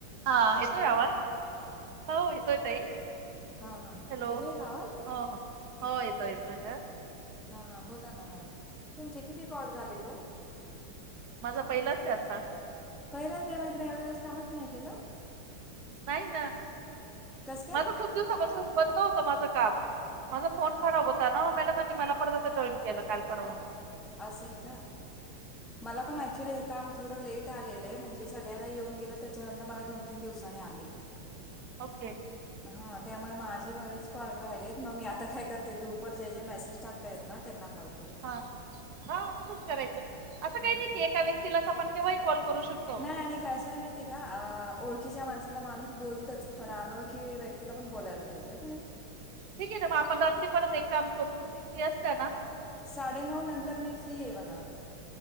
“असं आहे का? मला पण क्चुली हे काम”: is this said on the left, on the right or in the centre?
Centre